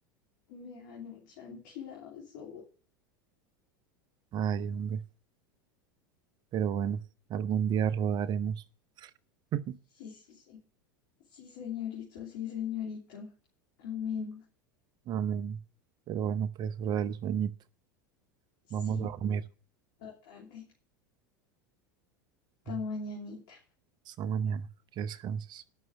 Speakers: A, on the left; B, on the right.
A: Me dan un chanclazo.
B: Ay, hombre. Pero bueno, algún día rodaremos. <laughs>
A: Sí, sí, sí. Sí, señorito, sí, señorito. Amén.
B: Amén. Pero bueno, pues hora del sueñito.
A: Sí,
B: Vamos a dormir.
A: toda tarde,
B: Bueno,
A: toda mañanita.
B: hasta mañana. Que descanses.